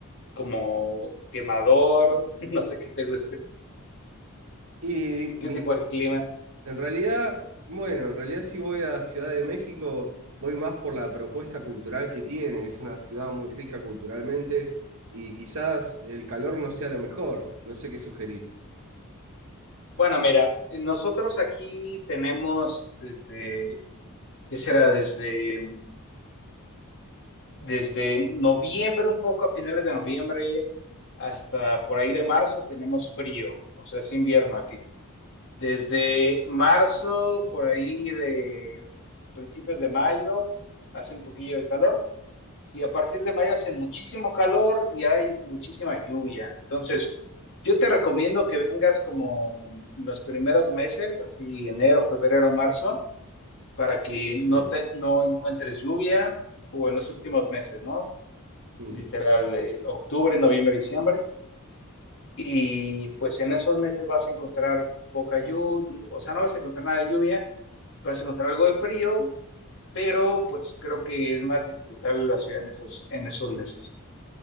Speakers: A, on the left; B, on the right.
A: como quemador, <laughs> no sé qué te guste,
B: Y mi,
A: qué tipo de clima.
B: En realidad, bueno, en realidad si voy a Ciudad de México, voy más por la propuesta cultural que tiene. Es una ciudad muy rica culturalmente y quizás el calor no sea lo mejor. No sé qué sugerís.
A: Bueno, mira, nosotros aquí tenemos desde, ¿qué será? Desde desde noviembre, un poco a finales de noviembre hasta por ahí de marzo tenemos frío, o sea, es invierno aquí. Desde marzo, por ahí de principios de mayo, hace un poquillo de calor y a partir de mayo hace muchísimo calor y hay muchísima lluvia. Entonces, yo te recomiendo que vengas como los primeros meses, así enero, febrero, marzo, para que
B: Sí.
A: no te no encuentres lluvia o en los últimos meses, ¿no?
B: Mm.
A: literal, eh, octubre, noviembre, diciembre. Y pues en esos meses vas a encontrar poca lluvia, o sea, no vas a encontrar nada de lluvia, vas a encontrar algo de frío, pero pues creo que es más disfrutable la ciudad en esos, en esos meses.